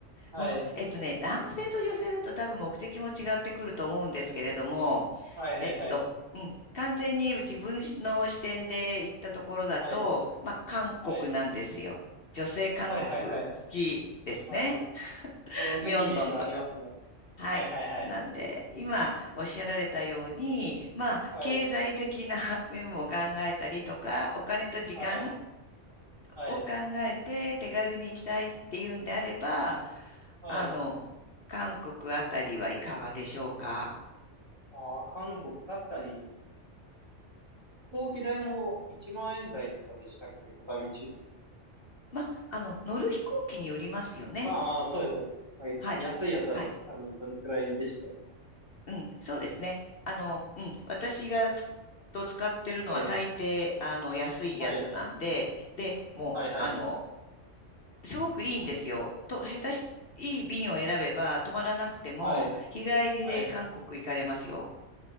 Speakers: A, on the right (about 20°); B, on the left (about 50°).
A: はい。
B: まあ、えっとね、男性と女性だと多分目的も違ってくると思うんですけれども、
A: はいはいはい。
B: えっと、うん、完全に自分の視点で行ったところだと、
A: はい。
B: まあ、韓国なんですよ。
A: はい。
B: 女性韓国好きですね。
A: はいはいはい。はい。
B: <laughs>
A: そのイメージはありますね。
B: ミョンドンとか。はい。
A: はいはいはい。
B: なんで、今おっしゃられたように、まあ、
A: はい。
B: 経済的な <laughs> 面も考えたりとか、お金と時間
A: はい。はい。
B: を考えて手軽に行きたいっていうんであれば、
A: はい。
B: あの、韓国あたりはいかがでしょうか。
A: ああ、韓国、確かに、飛行機代も1万円台とかでしたっけ片道。
B: ま、あの、乗る飛行機によりますよね。
A: まあまあ、そうですね。まあ、
B: はい。
A: 安いやつはね多分それくらいでしたよね。
B: はい。うん、そうですね。あの、うん、私がつと使ってるのは大抵、
A: はい。
B: あの、安いやつなんで、
A: はい。
B: で、もう、
A: はいはい。
B: あの、すごくいいんですよ。と、下手し、いい便を選べば、泊まらなくても、
A: はい。
B: 日帰りで韓国行かれますよ。
A: はい。